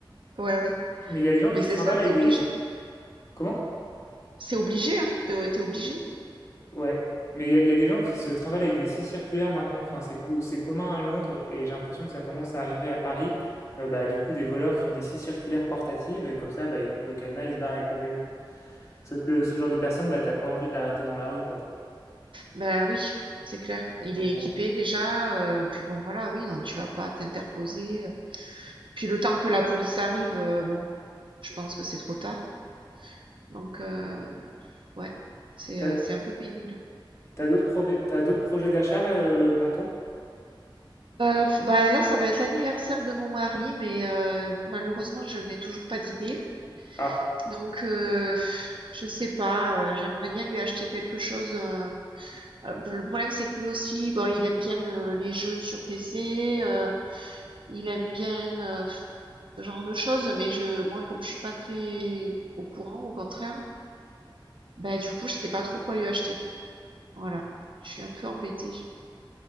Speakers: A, on the right; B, on the left.
A: Ouais,
B: Mais il y a des gens
A: mais
B: qui se
A: c'est
B: trimballent
A: ça,
B: avec
A: t'es obligé.
B: des... Comment?
A: C'est obligé, hein, t'es, t'es obligé.
B: Ouais. Mais il y, a il y a des gens qui se trimballent avec des scies circulaires maintenant. Enfin, c'est cou- c'est commun à Londres et j'ai l'impression que ça commence à arriver à Paris. Euh, bah, du coup, des voleurs qui ont des scies circulaires portatives et comme ça, bah, ils coupent le cadenas, ils se barrent avec le vélo. Sauf que ce genre de personne, bah, t'as pas envie de l'arrêter dans la rue, quoi.
A: Ben oui, c'est clair. Il
B: Donc
A: est équipé
B: bon.
A: déjà, euh, puis bon, voilà, oui, non, tu vas pas t'interposer. euh. Puis le temps que la police arrive, euh, bon, je pense que c'est trop tard. Donc, euh, ouais, c'est
B: T'as
A: euh, c'est un peu pénible.
B: t'as d'autres prové- t'as d'autres projets d'achat euh, bientôt?
A: Euh, f- bah là, ça va être l'anniversaire de mon mari, mais euh, malheureusement, je n'ai toujours pas d'idée.
B: Ah,
A: Donc, euh, je sais pas, euh, j'aimerais bien lui acheter quelque chose. euh, Euh, Le problème, c'est que lui aussi, bon, il aime bien le- les jeux sur PC, euh, il aime bien euh, ce genre de choses, mais je, moi, comme je suis pas très au courant, au contraire, bah, du coup, je sais pas trop quoi lui acheter. Voilà, je suis un peu embêtée.